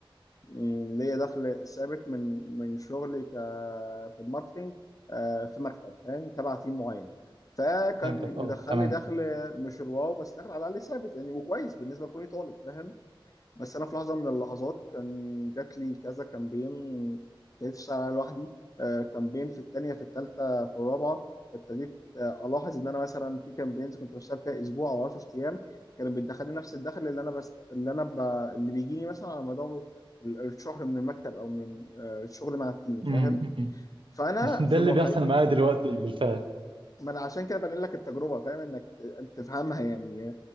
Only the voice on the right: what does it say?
فهمتك اه
تمام
أمم، أمم.
<laughs>
ده اللي
بيحصل معايا دلوقتي بالفعل